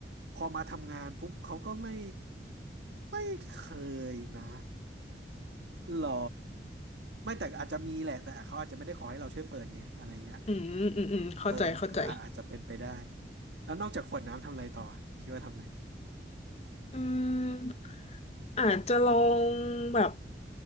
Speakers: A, on the right; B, on the left.
A: พอมาทำงานปุ๊บเขาก็ไม่ไม่เคยนะหรอไม่แต่อาจจะมีแหละแต่เขาอาจจะไม่ได้ขอให้เราช่วยเปิดไงอะไรเงี้ย
B: อืมอืมอืมเข้าใจเข้าใจ
A: เออก็อาอาจจะเป็นไปได้แล้วนอกจากขวดน้ำทำอะไรต่อคิดว่าทำอะไร
B: อืมอาจจะลองแบบ